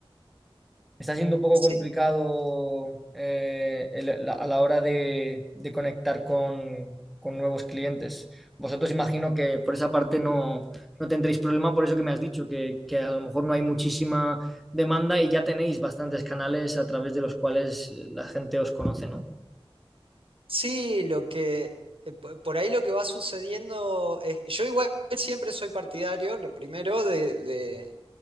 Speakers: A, in the centre; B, on the right.
A: está siendo un poco
B: Sí,
A: complicado eh, el- la- a la hora de, de conectar con, con nuevos clientes. Vosotros imagino que por esa parte no, no tendréis problema, por eso que me has dicho, que, que a lo mejor no hay muchísima demanda y ya tenéis bastantes canales a través de los cuales eh, la gente os conoce, ¿no?
B: sí, lo que... eh, po- Por ahí lo que va sucediendo es, yo igual siempre soy partidario, lo primero, de, de-